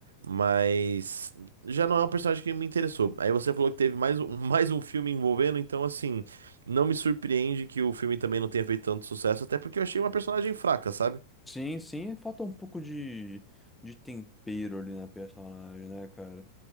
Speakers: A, on the right; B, in the centre.
A: mas já não é um personagem que me interessou. Aí você falou que teve mais um, <laughs> mais um filme envolvendo, então assim, não me surpreende que o filme também não tenha feito tanto sucesso, até porque eu achei uma personagem fraca, sabe?
B: Sim, sim, falta um pouco de, de tempero ali na personagem, né, cara?